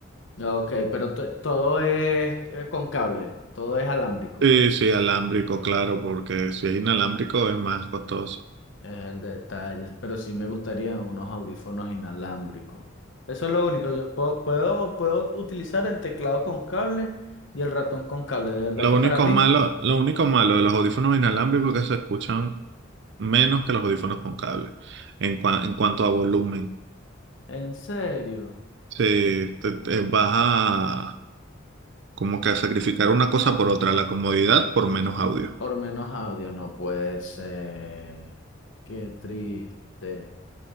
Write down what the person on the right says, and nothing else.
Sí, sí, alámbrico, claro, porque si es inalámbrico es más costoso.
Lo
único
malo, lo único malo de los audífonos inalámbricos es que se escuchan menos que los audífonos con cable en, cua- en cuanto a volumen.
Sí, te, te vas a como que a sacrificar una cosa por otra, la comodidad por menos audio.